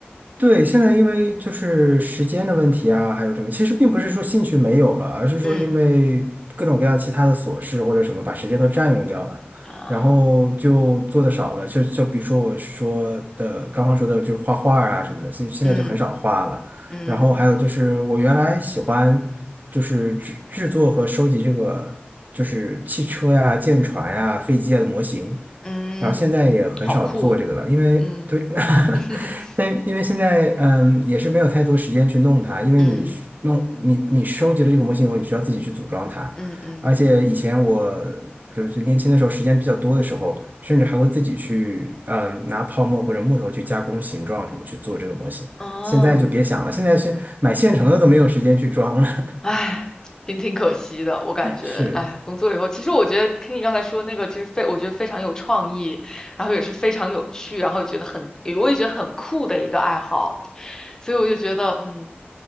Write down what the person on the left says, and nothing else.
嗯啊，
嗯嗯
嗯，
好酷哦，
嗯
<laughs>
嗯
嗯嗯，
哦
唉，挺挺可惜的，我感觉，
唉，工作以后，其实我觉得听你刚才说那个，其实非，我觉得非常有创意，然后也是非常有趣，然后觉得很，我也觉得很酷的一个爱好，所以我就觉得，嗯，